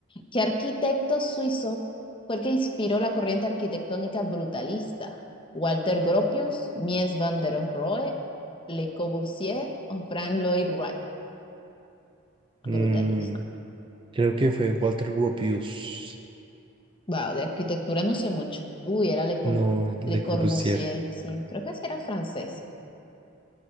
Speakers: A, on the left; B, on the right.
A: ¿Qué arquitecto suizo fue el que inspiró la corriente arquitectónica brutalista? ¿Walter Gropius, Mies van der Rohe, Le Corbusier o Frank Lloyd Wright?
B: Mm,
A: Brutalista.
B: creo que fue Walter Gropius.
A: Wow, de arquitectura no sé mucho. Uy, era Le, Com-
B: No, Le
A: Le Corbusier,
B: Corbusier.
A: sí, creo que ese era francés.